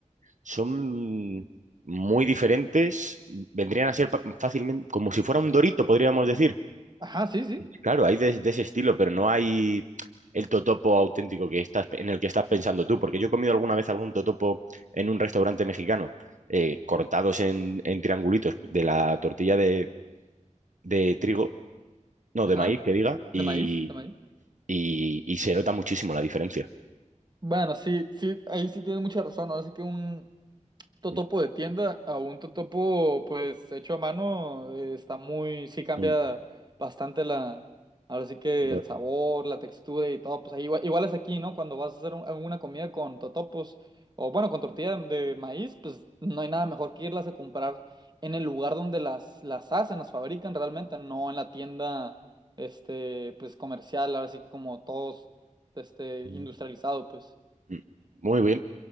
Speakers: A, on the right; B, on the right.
A: son muy diferentes, vendrían a ser pa- fácilmente, como si fuera un dorito, podríamos decir.
B: ajá, sí, sí.
A: Claro, hay de, de ese estilo, pero no hay el totopo auténtico que estás, en el que estás pensando tú, porque yo he comido alguna vez algún totopo en un restaurante mexicano, eh, cortados en, en triangulitos de la tortilla de, de trigo, no,
B: Ajá.
A: de maíz, que diga, y,
B: De maíz, de maíz.
A: y- y se nota muchísimo la diferencia.
B: Bueno, sí, sí, ahí sí tienes mucha razón. Ahora sí que un totopo
A: Mm,
B: de tienda a un totopo, pues, hecho a mano, eh, está muy, sí cambia
A: mm,
B: bastante la, ahora sí que
A: bueno,
B: el sabor, la textura y todo. Pues ahí igual, igual es aquí, ¿no? Cuando vas a hacer un- alguna comida con totopos, o bueno, con tortilla de maíz, pues no hay nada mejor que irlas a comprar en el lugar donde las, las hacen, las fabrican realmente, no en la tienda, este, pues comercial, ahora sí que como todos, este,
A: mm,
B: industrializado, pues.
A: mm. Muy bien.